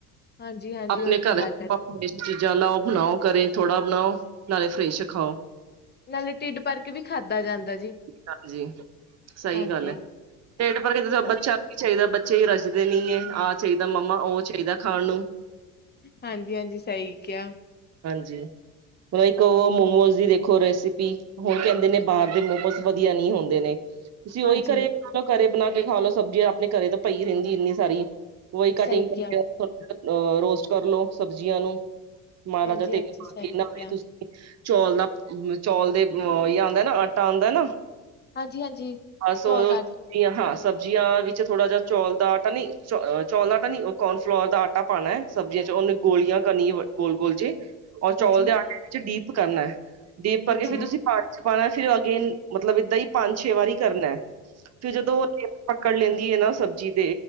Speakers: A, on the left; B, on the right.
A: ਹਾਂਜੀ-ਹਾਂਜੀ
B: ਆਪਣੇ
A: ਉਹੀ ਤਾਂ
B: ਕਰ
A: ਗੱਲ
B: ਚ
A: ਐ,
B: ਆਪਾਂ ਹ ਚੀਜ਼ਾਂ ਲਾਓ ਬਣਾਓ ਕਰੇ। ਥੋੜਾ ਬਣਾਓ ਨਾਲੇ ਫਰੈਸ਼ ਖਾਓ।
A: ਨਾਲੇ ਟਿਡ ਭਰ ਕੇ ਵੀ ਖਾਧਾ ਜਾਂਦਾ ਜੀ।
B: ਹਾਂਜੀ ਸਹੀ
A: ਹਾਂਜੀ,
B: ਗੱਲ ਹੈ, ਟਿਡ ਪਰ ਕਿਤੇ ਬੱਚਾ ਵੀ ਚਾਹੀਦਾ <unintelligible> ਰਜਦੇ ਨਹੀਂ ਹੈ, ਆਹ ਚਾਹੀਦਾ ਮੰਮਾ ਉਹ ਚਾਹੀਦਾ ਖਾਣ ਨੂੰ।
A: ਹਾਂਜੀ-ਹਾਂਜੀ ਸਹੀ ਕਿਹਾ।
B: ਮਤਲਬ ਇੱਕ ਉਹ ਮੋਮੋਜ਼ ਦੀ ਦੇਖੋ ਰੈਸਿਪੀ ਹੁਣ ਕਹਿੰਦੇ ਨੇ ਬਾਹਰ ਦੇ ਮੋਮੋਸ ਵਧੀਆ ਨਹੀਂ ਹੁੰਦੇ ਨੇ ਤੁਸੀਂ
A: ਹਾਂਜੀ
B: ਉਹੀ ਘਰੇ ਘਰੇ ਬਣਾ ਖਾ ਲਓ ਸਬਜ਼ੀਆਂ ਆਪਣੇ ਘਰੇ ਤੋਂ ਪਈ ਰਹਿੰਦੀ ਇੰਨੀ ਸਾਰੀ ਵਹੀ ਕਟਿੰਗ
A: ਸਹੀ
B: ਕਰਕੇ
A: ਕਿਹਾ।
B: ਅ ਰੋਸਟ ਕਰਲੋ ਸਬਜ਼ੀਆਂ ਨੂੰ। ਮਹਾਰਾਜਾ
A: ਹਾਂਜੀ-ਹਾਂਜੀ
B: ਤੇਰੇ <unintelligible>
A: ਸਹੀ ਕਿਹਾ,
B: ਤੁਸੀਂ ਚੌਲ ਦਾ ਚੌਲ ਦੇ ਜਾਂ ਨਾ ਆਟਾ ਆਂਦਾ ਨਾ
A: ਹਾਂਜੀ-ਹਾਂਜੀ
B: ਬਸ
A: ਚੌਲ
B: ਉਹ
A: ਦਾ ਹਾਂਜੀ,
B: ਸ ਹਾਂ ਸਬਜ਼ੀਆਂ ਵਿੱਚ ਥੋੜਾ ਜਿਹਾ ਚੌਲ ਦਾ ਆਟਾ ਨੀ ਚੋਲ ਦਾ ਆਟਾ ਨੀ ਕੋਰਨਫਲੋਵਰ ਦਾ ਆਟਾ ਪਾਣਾ ਹੈ ਸਬਜ਼ੀਆਂ ਚ ਉਣੁ ਗੋਲਿਆਂ ਚ ਕਰਨੀ ਗੋਲ ਗੋਲ ਜੇ ਔਰ
A: ਹਾਂਜੀ,
B: ਚੌਲ ਦੇ ਆਟੇ ਵਿੱਚ ਡੀਪ ਕਰਨਾ ਡੀਪ ਕਰਕੇ
A: ਹਾਂਜੀ,
B: ਫਿਰ ਤੁਸੀਂ ਪਾਣੀ ਚ ਪਾਣਾ ਫਿਰ ਅੱਗੇਨ ਮਤਲਬ ਏਦਾਂ ਹੀ ਪੰਜ ਛੇ ਵਾਰੀ ਕਰਨਾ ਹੈ ਫਰ ਜਦੋਂ ਉਹ ਰੇ ਪਕੜ ਲੈਂਦੀ ਹੈ ਨਾ ਸ ਜੀ ਦੇ